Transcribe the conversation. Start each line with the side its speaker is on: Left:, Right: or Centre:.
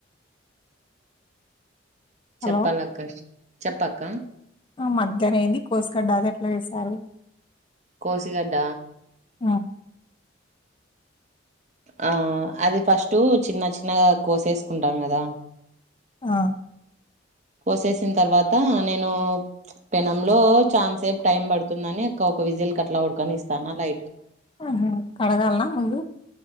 Left: హలో
Right: చెప్పాలక్క చెప్పక్క
Left: ఆ మధ్యలేంది కోస్గాడ్ అది ఎట్లా చేస్తారు
Right: కోశిగడ్డ
Left: ఆ
Right: ఆ అది ఫస్టు చిన్న చిన్నగా కోసేసుకుంటాం కదా
Left: ఆ
Right: కోసేసిన తర్వాత నేను పెనంలో చాన్సేపు టైం పడుతుందని అక్క ఒక విజిల్ కట్లా ఉడుకనిస్తా అలా
Left: ఆహా కడగల్నా ముందు